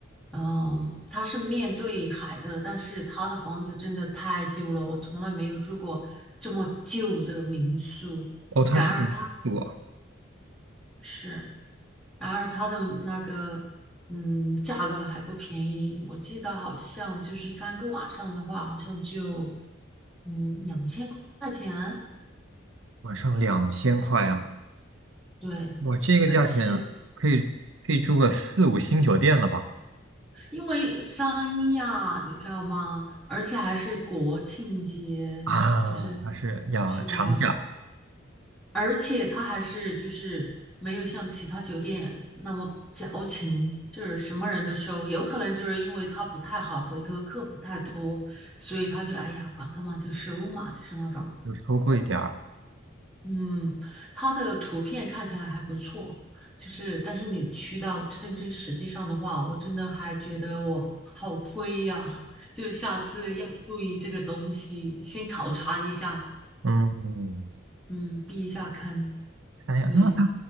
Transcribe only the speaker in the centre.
嗯，它是面对海的，但是它的房子真的太旧了，我从来没有住过这么旧的民宿。
然而它是。然而它的那个嗯价格还不便宜，我记得好像就是三个晚上的话，好像就嗯两千块钱，
对，
而且因为三亚你知道吗？而且还是国庆节，
就是
是的，
而且他还是就是没有像其他酒店那么矫情，就是什么人都收。有可能就是因为他不太好，回头客不太多，所以他就哎呀，管他嘛，就收嘛，就是那种。
嗯，他的图片看起来还不错，就是但是你去到真正实际上的话，我真的还觉得我好亏呀，<laughs> 就下次要注意这个东西，先考察一下，
嗯，避一下坑，
对。